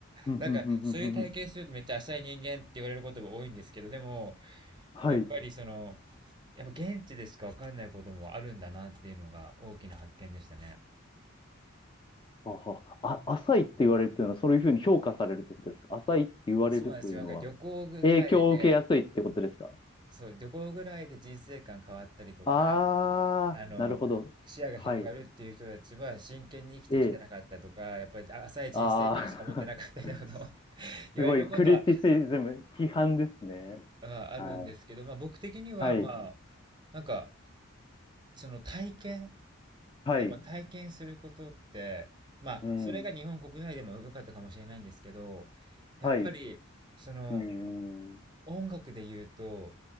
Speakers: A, on the left; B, on the right.
A: うん、
B: なんかそういう体験するとめっちゃ浅い人間って言われることが多いんですけど、
A: うん、うん、うん、うんうん
B: でも、
A: はい。
B: やっぱりその、やっぱ現地でしかわかんないこともあるんだなっていうのが大きな発見でしたね。
A: はは、あ、浅いって言われるというのは、そういうふうに評価されるってことですか浅いって言われるというのは、
B: そうなんですよ。だから旅行ぐらいでね、
A: 影響を受けやすいってことですか
B: そう、旅行ぐらいで人生観変わったりとか、
A: あー、
B: あの、
A: なるほど。
B: 視野が広がるっていう人たちは真剣に生きてきてなかったとか、
A: はい。ええ。
B: やっぱり浅い人生観しか持ってなかったようなことを
A: あー、<laughs>
B: <laughs>
A: すごい、
B: 言われることは
A: クリティシズム、批判ですね。
B: ああるんですけど、
A: はい。
B: まあ僕的にはまあ、
A: はい。
B: なんかその体験、
A: はい。
B: やっぱ体験することって、まあそれが日本国内でも良かったかもしれないんですけど、
A: うん。
B: やっぱりその
A: はい。うん。
B: 音楽で言うと、